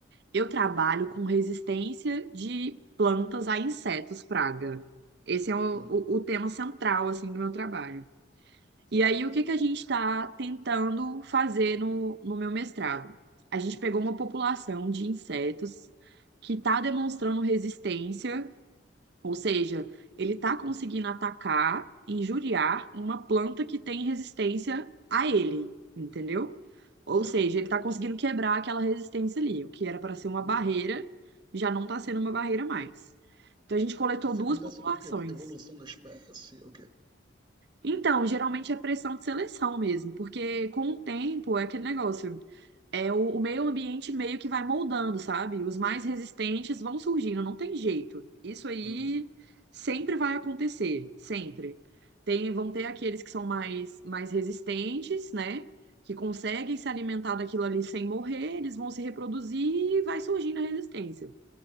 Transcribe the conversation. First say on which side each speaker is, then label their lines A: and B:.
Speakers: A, on the right; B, on the right.
A: eu trabalho com resistência de plantas a insetos praga. Esse é o,
B: Hum,
A: o, o tema central, assim, do meu trabalho.
B: certo.
A: E aí, o que que a gente está tentando fazer no, no meu mestrado? A gente pegou uma população de insetos que está demonstrando resistência Ou seja, ele está conseguindo
B: Uhum,
A: atacar, injuriar uma planta que tem resistência a ele, entendeu? Ou
B: certo.
A: seja, ele está conseguindo quebrar aquela resistência ali, o que era para ser uma
B: Uhum.
A: barreira, já não está sendo uma barreira mais. Então a gente coletou
B: Isso
A: duas
B: acontece
A: populações.
B: por quê? Evolução da espécie, o quê?
A: Então, geralmente é pressão de seleção mesmo, porque com o tempo é aquele negócio é o, o meio ambiente meio que vai moldando, sabe? Os mais resistentes vão surgindo, não tem jeito. Isso aí
B: Uhum,
A: sempre vai acontecer, sempre. Tem, vão ter aqueles que são mais, mais resistentes, né? Que conseguem
B: sim.
A: se alimentar daquilo ali sem morrer, eles vão se reproduzir e vai surgindo a resistência.